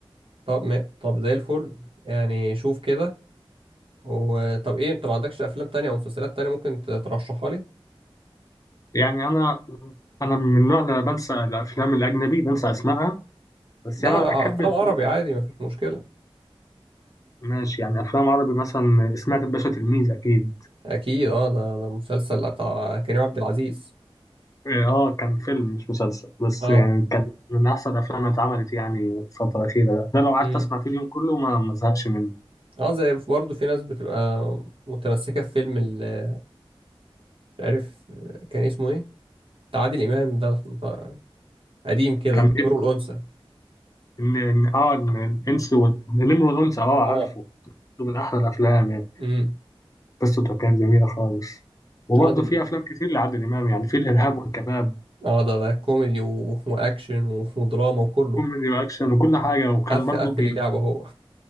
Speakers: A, on the right (about 65°); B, on the left (about 35°).
A: طب ما... طب زي الفل يعني شوف كده وطب ايه انت ما عندكش افلام تانية او مسلسلات تانية ممكن ت- ترشحها لي
B: يعني أنا أنا من النوع اللي بنسى الأفلام الأجنبي بنسى أسمائها بس
A: لا
B: يعني أنا بحب
A: آه، افلام
B: الزومبي
A: عربي عادي مفيش مشكلة
B: ماشي يعني افلام عربي مثلا سمعت الباشا تلميذ اكيد
A: اكيد اه ده ده مسلسل بتاع كريم عبد العزيز
B: اه آه، كان فيلم مش مسلسل بس
A: اه
B: يعني كان من احسن الافلام اللي اتعملت يعني الفتره الاخيره ده, ده لو قعدت
A: امم
B: اسمع فيه اليوم كله ما ما ازهقش منه
A: اه زي برضه في ناس بتبقى متمسكة في فيلم ال- مش عارف كان اسمه ايه بتاع عادل امام ده بتاع- قديم كده
B: كان إيه؟
A: امرؤ الانثى
B: ان ان اه إن الانس وال- النمر والانثى اه عارفه
A: اه
B: ده من احلى الافلام يعني
A: امم
B: قصته كانت جميله خالص وبرضه
A: اه ده
B: في افلام كتير لعادل امام يعني في الارهاب والكباب
A: اه ده ده كوميدي و... واكشن و... ودراما وكله
B: كوميدي واكشن وكل حاجه وكان
A: قفل
B: برضه
A: قفل
B: بي
A: اللعبة هو